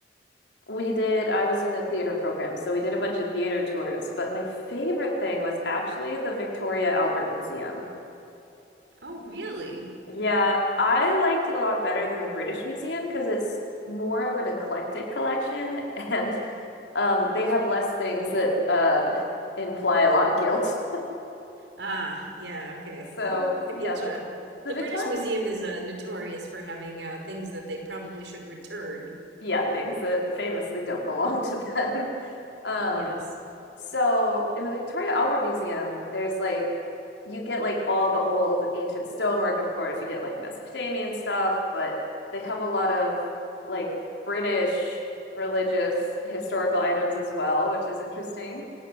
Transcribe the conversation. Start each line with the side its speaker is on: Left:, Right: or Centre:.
Left: we did I was in a theater program, so we did a bunch of theater tours, but my favorite thing was actually the Victoria Albert Museum.
Right: Oh, really?
Left: Yeah, I liked it a lot better than the British Museum because it's more of an eclectic collection <laughs> and um they have less things that uh imply a lot of guilt. <laughs>
Right: Ah, yeah, okay.
Left: So,
Right: <laughs> I
Left: yeah,
Right: get
Left: the
Right: you.
Left: the
Right: The
Left: Victoria
Right: British Museum is uh, notorious for having uh, things that they probably should return.
Left: yeah, things that famously don't belong to them. <laughs> Um,
Right: Yes.
Left: so in the Victoria Albert Museum, there's like you get like all the old ancient stonework, of course, you get like Mesopotamian stuff, but they have a lot of like British religious historical items as well, which is interesting.